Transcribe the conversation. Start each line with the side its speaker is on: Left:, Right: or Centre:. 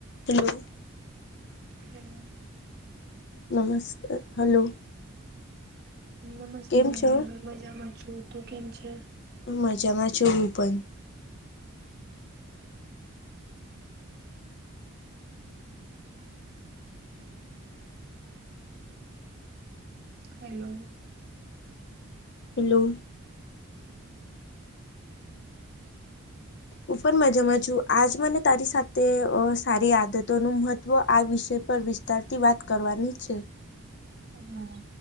Left: Hello.
Right: Hello.
Left: નમસ્તે hello.
Right: નમસ્તે
Left: કેમ છો
Right: હ મજામાં છુ, તું કેમ છે?
Left: મજામાં જ છુ, હું પણ.
Right: હેલો
Left: હેલો હું પણ મજામાં છુ, આજ મને તારી સાથે સારી આદતોનું મહત્વ આ વિષય પર વિતારતી વાત કરવાની છે.
Right: હા.